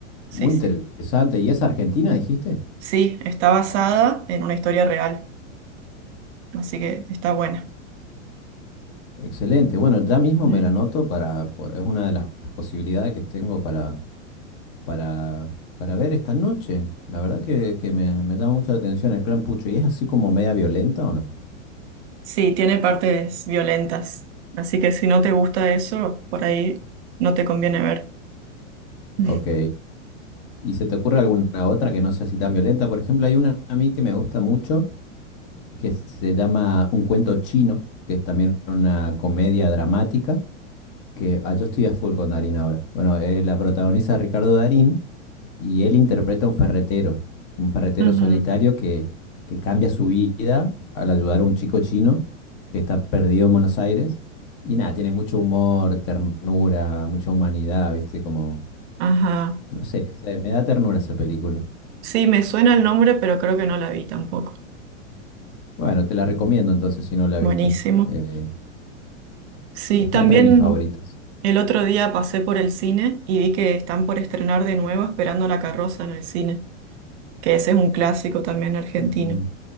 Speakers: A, on the right; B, on the left.
A: Sí,
B: muy
A: sí.
B: interesante. ¿Y es Argentina, dijiste?
A: Sí, está basada en una historia real, así que está buena.
B: Excelente. Bueno, ya mismo
A: Mm.
B: me la anoto para, po- es una de las posibilidades que tengo para, para, para ver esta noche. La verdad que, que me, me llama mucho la atención el clan Pucho. ¿Y es así como media violenta o no?
A: Sí, tiene partes violentas, así que si no te gusta eso, por ahí no te conviene ver. <laughs>
B: Ok. ¿Y se te ocurre alguna otra que no sea así tan violenta? Por ejemplo, hay una a mí que me gusta mucho, que se llama Un cuento chino, que es también una comedia dramática, que ah, yo estoy a full con Darín ahora. Bueno, eh, la protagoniza Ricardo Darín. Y él interpreta a un ferretero, un ferretero
A: Ujú.
B: solitario que, que cambia su vida al ayudar a un chico chino que está perdido en Buenos Aires. Y nada, tiene mucho humor, ternura, mucha humanidad, ¿viste? Como,
A: Ajá.
B: no sé, se- me da ternura esa película.
A: Sí, me suena el nombre, pero creo que no la vi tampoco.
B: Bueno, te la recomiendo entonces si no la
A: Buenísimo.
B: viste. Eh,
A: Sí,
B: está
A: también
B: entre mis favoritas.
A: el otro día pasé por el cine y vi que están por estrenar de nuevo Esperando la carroza en el cine, que ese es un clásico también argentino.
B: Mm.